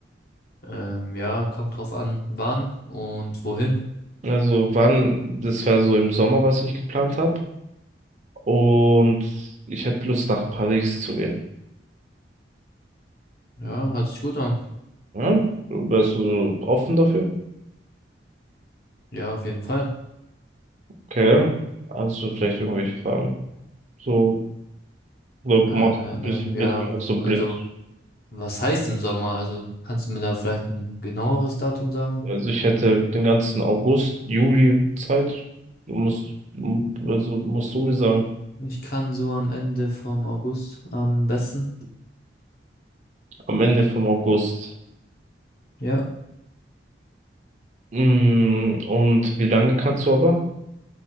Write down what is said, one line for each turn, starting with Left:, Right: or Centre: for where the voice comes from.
Left: Ähm, ja, kommt drauf an, wann und wohin.
Right: Also wann, das wäre so im Sommer, was ich geplant habe. Und ich hätte Lust, nach Paris zu gehen.
Left: Ja, hört sich gut an.
Right: Ja? Wärst du offen dafür?
Left: Ja, auf jeden Fall.
Right: Okay. Hast du vielleicht irgendwelche Fragen? So, oder
Left: Äh,
Right: machst du bist
Left: ähm,
Right: bist
Left: ja,
Right: du einfach so blind?
Left: also, was heißt im Sommer? Also, kannst du mir da vielleicht ein genaueres Datum sagen?
Right: Also ich hätte den ganzen August, Juli Zeit. Du musst, also musst du mir sagen,
Left: Ich kann so am Ende vom August am besten.
Right: am Ende vom August.
Left: Ja,
Right: Mm, Und wie lange kannst du aber?